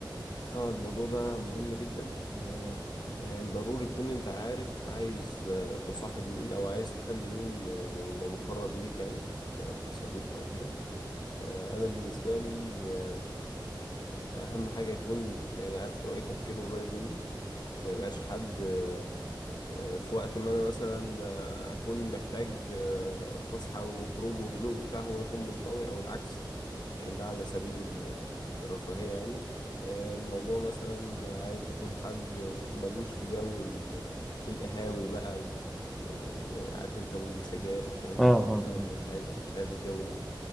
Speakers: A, on the left (about 60°); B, in the centre.
A: اه الموضوع ده مهم جدا آه يعني ضروري تكون انت عارف عايز آه، تصاحب مين او عايز تخلي مين آه، يبقى مقرب ليك يعني ك- كصديق او كده آه انا بالنسبة لي اهم حاجه يكون يعني عارف لو ايه تفكيره قريب مني ما يبقاش حد آه، في وقت ما انا مثلا آه، اكون محتاج آه، فسحه وخروج وهدوء وبتاع هو يكون منطوي او العكس يعني ده على سبيل ال- الرفاهيه يعني آه، الموضوع مثلا عايز يكون حد ملوش في جو ال- القهاوي بقى و- و- وعارف انت والسجاير والكلام
B: اه
A: ده
B: اه
A: كله لا
B: آه.
A: مش عايز مش عايز الجو ده